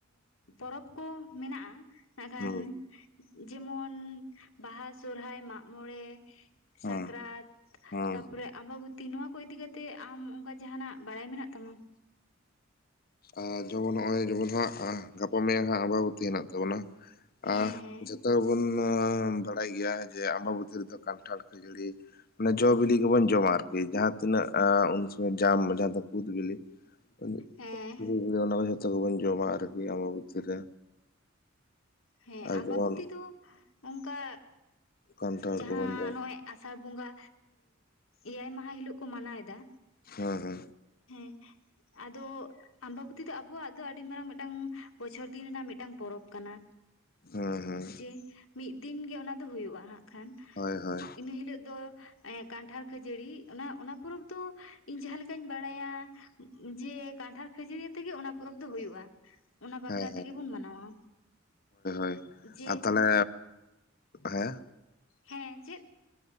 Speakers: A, on the left; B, on the left.
A: ᱯᱚᱨᱚᱵᱽ ᱠᱚ ᱢᱮᱱᱟᱜᱼᱟ ᱢᱮᱱᱠᱷᱟᱱ
B: ᱦᱩᱸ
A: ᱡᱮᱢᱚᱱ ᱵᱟᱦᱟ ᱥᱚᱨᱦᱟᱭ ᱢᱟᱜᱢᱚᱬᱮ
B: ᱦᱩᱸ
A: ᱥᱟᱠᱨᱟᱛ
B: ᱦᱩᱸ
A: ᱛᱟᱯᱚᱨᱮ ᱟᱢᱟᱵᱚᱛᱤ ᱱᱚᱣᱟᱠᱩ ᱤᱫᱤ ᱠᱟᱛᱮ ᱟᱢ ᱚᱱᱠᱟ ᱡᱟᱦᱟᱸᱱᱟᱜ ᱵᱟᱲᱟᱭ ᱢᱮᱱᱟᱜ ᱛᱟᱢᱟ
B: ᱟᱨ ᱡᱮᱢᱚᱱ ᱱᱚᱜᱼᱚᱭ ᱡᱮᱢᱚᱱ ᱦᱟᱸᱜ ᱜᱟᱯᱟ ᱢᱮᱭᱟᱝ ᱦᱟᱸᱜ ᱟᱵᱟᱵᱚᱛᱤ ᱦᱮᱱᱟᱜ ᱛᱟᱵᱚᱱᱟ <unintelligible>
A: ᱦᱮᱸ ᱦᱮᱸ
B: ᱡᱚᱛᱚ ᱜᱮ ᱵᱚᱱ ᱵᱟᱲᱟᱭ ᱜᱮᱭᱟ ᱡᱮ ᱟᱢᱟᱵᱩᱛᱤ ᱨᱮᱫᱚ ᱠᱟᱱᱴᱷᱟᱲ ᱠᱷᱟᱹᱡᱟᱹᱲᱤ ᱢᱟᱱᱮ ᱡᱚ ᱵᱤᱞᱤ ᱠᱚᱵᱚᱱ ᱡᱚᱢᱟ ᱟᱨᱠᱤ ᱡᱟᱦᱟᱸ ᱛᱤᱱᱟᱹᱜ ᱟ ᱩᱱ ᱥᱚᱢᱚᱭ ᱡᱟᱢ ᱡᱟᱦᱟᱸ ᱫᱚ ᱠᱩᱫ ᱵᱤᱞᱤ
A: ᱦᱮᱸ
B: <unintelligible> ᱚᱱᱟ ᱢᱟ ᱡᱷᱳᱛᱚ ᱠᱚᱵᱚᱱ ᱡᱚᱢᱟ ᱟᱨᱠᱤ ᱟᱢᱟᱵᱚᱛ ᱨᱮ
A: ᱦᱮᱸ
B: ᱟᱨ
A: ᱟᱢᱟᱵᱩᱛᱤ
B: ᱡᱮᱢᱚᱱ
A: ᱫᱚ ᱱᱚᱝᱠᱟ
B: ᱠᱟᱱᱴᱷᱟᱲ
A: ᱡᱟᱦᱟᱸ
B: ᱠᱚᱵᱚᱱ ᱡᱚᱢ
A: ᱱᱚᱜᱚᱭ ᱟᱥ ᱟᱥᱟᱲ ᱵᱚᱸᱜᱟ ᱮᱭᱟᱭ ᱢᱟᱦᱟ ᱦᱤᱞᱚᱜ ᱠᱚ ᱢᱟᱱᱟᱣ ᱮᱫᱟ
B: ᱦᱮᱸ ᱦᱮᱸ
A: ᱦᱮᱸ ᱟᱫᱚ ᱟᱢᱟᱵᱚᱛᱤ ᱫᱚ ᱟᱵᱚᱣᱟᱜ ᱫᱚ ᱟᱹᱰᱤ ᱢᱟᱨᱟᱝ ᱢᱤᱫᱴᱟᱝ ᱵᱚᱪᱷᱚᱨ ᱫᱤᱱ ᱨᱮᱱᱟᱜ ᱢᱤᱫᱴᱟᱝ ᱯᱚᱨᱚᱵᱽ ᱠᱟᱱᱟ
B: ᱦᱮᱸ ᱦᱮᱸ
A: ᱡᱮ ᱢᱤᱫ ᱫᱤᱱᱜ ᱜᱮ ᱚᱱᱟ ᱫᱚ ᱦᱩᱭᱩᱜᱼᱟ ᱦᱟᱜ ᱠᱷᱟᱱ
B: ᱦᱳᱭ ᱦᱳᱭ
A: ᱤᱱᱟᱹ ᱦᱤᱞᱳᱜ ᱫᱚ ᱠᱟᱱᱴᱷᱟᱲ ᱠᱷᱟᱹᱡᱟᱹᱲᱤ ᱚᱱᱟ ᱚᱱᱟ ᱯᱚᱨᱚᱵᱽ ᱫᱚ ᱤᱧ ᱡᱟᱦᱟᱸ ᱞᱮᱠᱟᱧ ᱵᱟᱲᱟᱭᱟ ᱡᱮ ᱠᱟᱱᱴᱷᱟᱲ ᱠᱷᱟᱹᱡᱟᱹᱲᱤᱭᱟᱹ ᱛᱮᱜᱮ ᱚᱱᱟ ᱯᱚᱨᱚᱵᱽ ᱫᱚ ᱦᱩᱭᱩᱜᱼᱟ ᱚᱱᱟ ᱵᱟᱠᱷᱨᱟ
B: ᱦᱮᱸ
A: ᱛᱮᱜᱮ ᱵᱚᱱ ᱢᱟᱱᱟᱣᱟ
B: ᱳᱭ
A: ᱡᱮ
B: ᱟᱨ ᱛᱟᱦᱚᱞᱮ ᱦᱮᱸ
A: ᱦᱮᱸ ᱪᱮᱫ